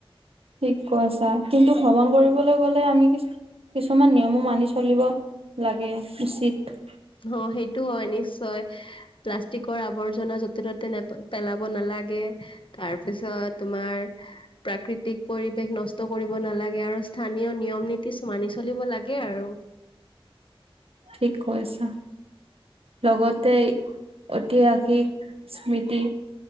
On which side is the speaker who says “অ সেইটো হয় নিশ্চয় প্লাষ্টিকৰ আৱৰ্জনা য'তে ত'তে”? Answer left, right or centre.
Left